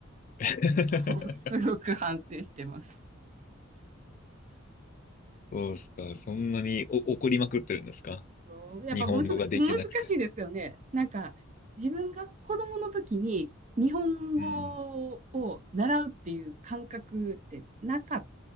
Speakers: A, on the left; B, on the right.
A: <laughs>
B: <laughs> すごく反省してます。
A: そうですか。そんなにお怒りまくってるんですか
B: そうやっぱむず、
A: 日本語ができなくて。
B: 難しいですよね。なんか、自分が子供の時に日本語を習うっていう感覚ってなかっ
A: うん。